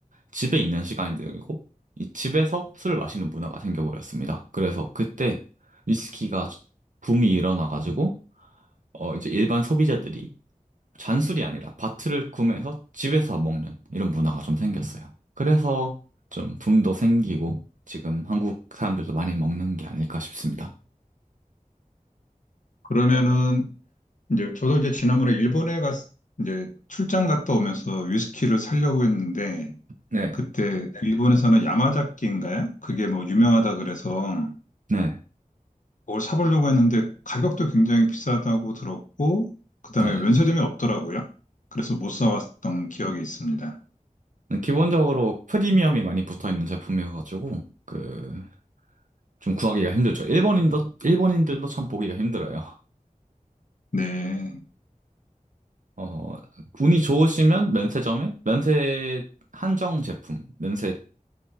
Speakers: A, on the right; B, on the left.
A: 집에 있는 시간이 늘고 이 집에서 술을 마시는 문화가 생겨버렸습니다. 그래서 그때 위스키가 붐이 일어나가지고 어 이제 일반 소비자들이 잔술이 아니라 밭을 구매해서 집에서 먹는 이런 문화가 좀 생겼어요. 그래서 좀 붐도 생기고 지금 한국 사람들도 많이 먹는 게 아닐까 싶습니다.
B: 그러면은 이제 저도 이제 지난번에 일본에 갔, 이제 출장 갔다 오면서 위스키를 사려고 했는데,
A: 네,
B: 그때 일본에서는 야마자키인가요? 그게 뭐 유명하다 그래서
A: 네,
B: 그걸 사보려고 했는데 가격도 굉장히 비싸다고 들었고, 그다음에
A: 네.
B: 면세점이 없더라고요. 그래서 못 사왔던 기억이 있습니다.
A: 기본적으로 프리미엄이 많이 붙어 있는 제품이어가지고 그 좀 구하기가 힘들죠. 일본인도 일본인들도 참 보기가 힘들어요.
B: 네,
A: 어, 운이 좋으시면 면세점에 면세 한정 제품, 면세